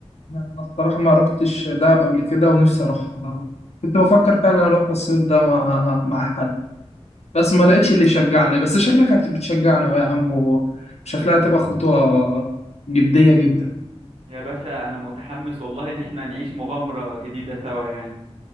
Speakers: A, on the left; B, on the right.
A: لا، انا الصراحه ما رحتش دهب قبل كده ونفسي اروح أنا كنت بفكر فعلا اروح الصيف ده مع مع حد بس ما لقيتش اللي يشجعني بس شكلك هت- بتشجعنا يا عم وشكلها هتبقى خطوه جديه جدا
B: يا باشا انا متحمس والله ان احنا نعيش مغامرة جديدة سوا يعني